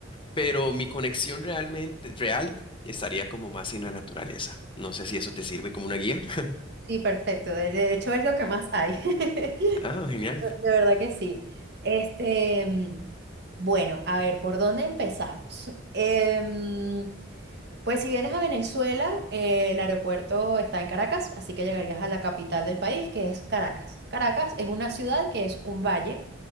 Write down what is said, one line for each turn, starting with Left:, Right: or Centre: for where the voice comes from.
Left: pero mi conexión realmente real estaría como más en la naturaleza. No sé si eso te sirve como una guía. <laughs>
Right: Sí, perfecto. De de hecho, es lo que más hay. <laughs> De
Left: Ah, genial.
Right: de verdad que sí. Este, mm, bueno, a ver, ¿por dónde empezamos? Em, pues si vienes a Venezuela, eh, el aeropuerto está en Caracas, así que llegarías a la capital del país, que es Caracas. Caracas es una ciudad que es un valle,